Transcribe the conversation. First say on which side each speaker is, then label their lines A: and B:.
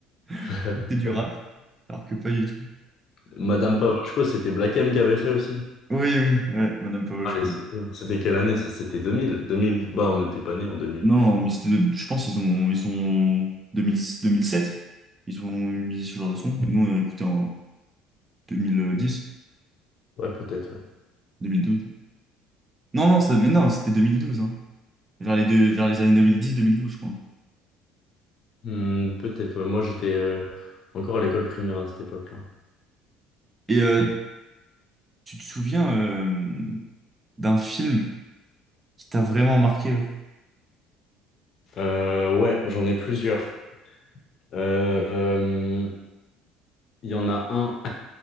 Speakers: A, on the right; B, on the left.
A: <laughs>
B: <laughs>
A: C'était du rap, alors que pas du tout.
B: Madame Pavoshko, c'était Black M qui avait fait aussi.
A: Oui, oui, ouais, Madame Paoche.
B: Ah, les souvenirs. C'était quelle année ça? C'était 2000. 2000. Bah, on n'était pas nés en 2000.
A: Non, mais c'était, de- je pense qu'ils ont, ils sont deux deux mille deux mille sept Ils ont mis ce genre de son. Nous, on a écouté en 2010,
B: Ouais, peut-être, ouais.
A: 2012. Non, non, ça, mais non, c'était deux mille douze hein. Vers les deux, vers les années 2010-2012, je crois.
B: Hmm, peut-être, ouais. Moi, j'étais euh, encore à l'école primaire à cette époque-là.
A: Et euh, tu te souviens euh, d'un film qui t'a vraiment marqué, genre?
B: Euh, ouais, j'en ai plusieurs. Euh, euh, Il y en a un.